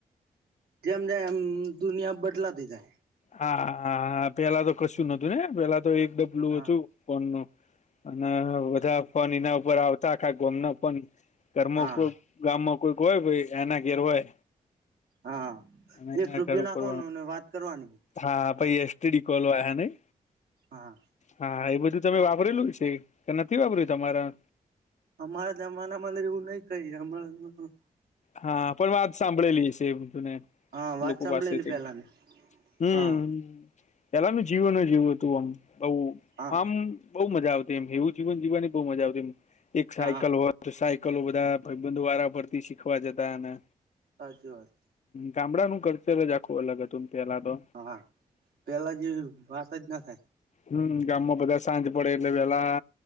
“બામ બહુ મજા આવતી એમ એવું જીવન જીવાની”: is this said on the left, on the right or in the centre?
Left